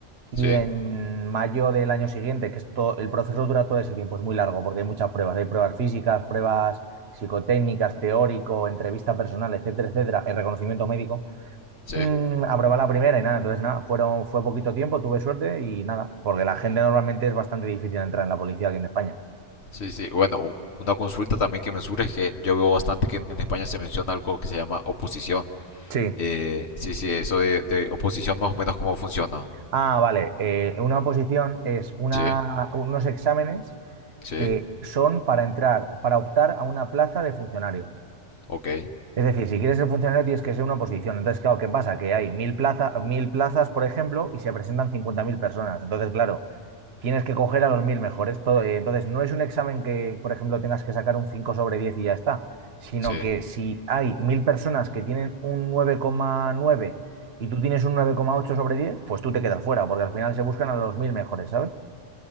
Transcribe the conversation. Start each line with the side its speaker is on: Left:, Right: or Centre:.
Right: y
Left: sí,
Right: en mayo del año siguiente, que esto, el proceso dura todo ese tiempo, es muy largo porque hay muchas pruebas, hay pruebas físicas, pruebas psicotécnicas, teórico, entrevista personal, etcétera, etcétera, el reconocimiento médico.
Left: sí,
Right: Mm, aprobé la primera y nada, entonces nada, fueron, fue poquito tiempo, tuve suerte y nada, porque la gente normalmente es bastante difícil entrar en la policía aquí en España.
Left: Sí, sí. Bueno, u- una consulta también que me surge es que yo veo bastante que en en España se menciona algo que se llama oposición.
Right: Sí.
Left: Eh, sí, sí, eso de, de oposición más o menos cómo funciona.
Right: Ah, vale. Eh, una oposición es una,
Left: Sí,
Right: unos exámenes
Left: sí,
Right: que son para entrar, para optar a una plaza de funcionario.
Left: ok,
Right: Es decir, si quieres ser funcionario tienes que ser una oposición. Entonces, claro, ¿qué pasa? Que hay mil plaza, mil plazas, por ejemplo, y se presentan 50.000 personas. Entonces, claro, tienes que coger a los mil mejores. Todo, eh, entonces, no es un examen que, por ejemplo, tengas que sacar un 5 sobre 10 y ya está, sino
Left: sí.
Right: que si hay mil personas que tienen un nueve coma nueve y tú tienes un nueve coma ocho sobre 10, pues tú te quedas fuera, porque al final se buscan a los mil mejores, ¿sabes?